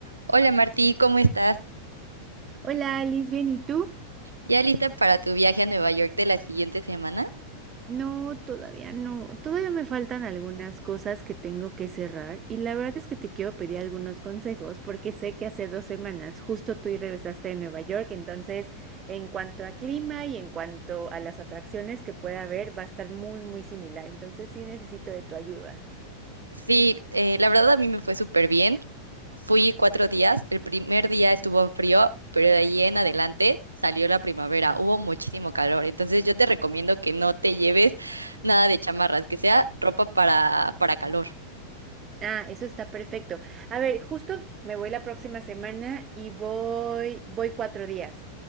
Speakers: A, on the right (about 80°); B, on the right (about 25°).
A: Hola Martí, ¿cómo estás?
B: Hola Alice, bien, ¿y tú?
A: ¿Ya lista para tu viaje a Nueva York de la siguiente semana?
B: No, todavía no. Todavía me faltan algunas cosas que tengo que cerrar y la verdad es que te quiero pedir algunos consejos porque sé que hace dos semanas justo tú y regresaste de Nueva York, entonces en cuanto a clima y en cuanto a las atracciones que pueda haber va a estar muy, muy similar, entonces sí necesito de tu ayuda.
A: Sí, eh, la verdad a mí me fue súper bien. Fui cuatro días. El primer día estuvo frío, pero de ahí en adelante salió la primavera. Hubo muchísimo calor. Entonces yo te recomiendo que no te lleves nada de chamarras, que sea ropa para, para calor.
B: Ah, eso está perfecto. A ver, justo me voy la próxima semana y voy, voy cuatro días.